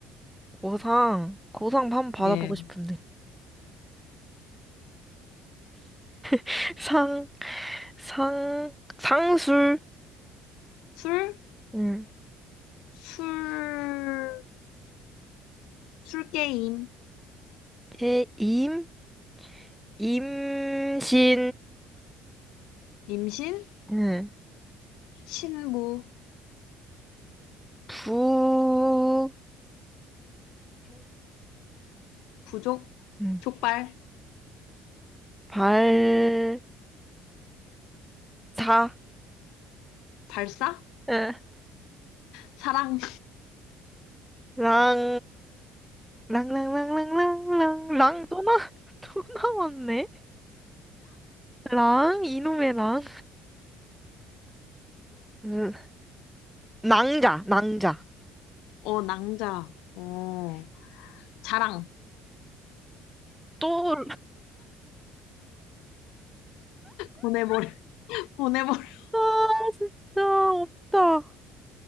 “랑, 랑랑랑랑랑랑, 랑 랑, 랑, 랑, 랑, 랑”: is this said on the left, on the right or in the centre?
Centre